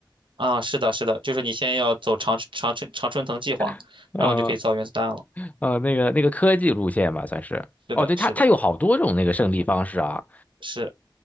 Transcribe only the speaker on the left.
<laughs> 呃
呃，那个那个科技路线吧，算是。
哦，对，
它它有好多种那个胜利方式啊。